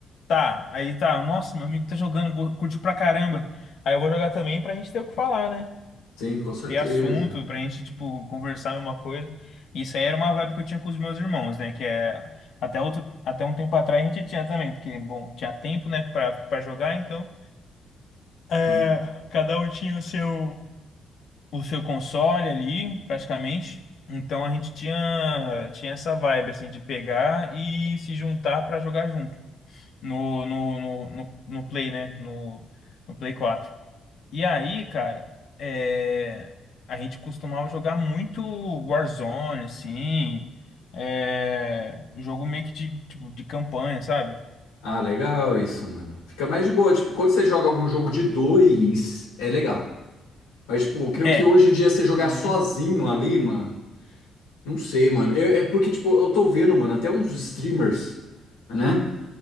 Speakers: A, on the left (about 65°); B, on the left (about 85°).
A: tá. Aí tá, nossa, meu amigo tá jogando, go- curtiu pra caramba. Aí eu vou jogar também pra gente ter o que falar, né?
B: Sim, com certeza.
A: ter assunto pra gente, tipo, conversar a mesma coisa. Isso aí era uma vibe que eu tinha com os meus irmãos, né? Que é até outro, até um tempo atrás a gente tinha também, porque, bom, tinha tempo, né, pra, pra jogar, então é,
B: Sim.
A: cada um tinha o seu, o seu console ali, praticamente. Então a gente tinha, tinha essa vibe, assim, de pegar e se juntar pra jogar junto no, no, no, no, no Play, né? No, no Play 4 e aí, cara, é, a gente costumava jogar muito Warzone, assim, é, jogo meio que de, tipo, de campanha, sabe?
B: Ah, legal isso, mano. Fica mais de boa. Tipo, quando você joga algum jogo de dois, é legal. Mas, tipo, eu creio
A: É,
B: que hoje em dia você jogar
A: uhum,
B: sozinho ali, mano, não sei, mano. Eu- é porque, tipo, eu tô vendo, mano, até uns streamers, né?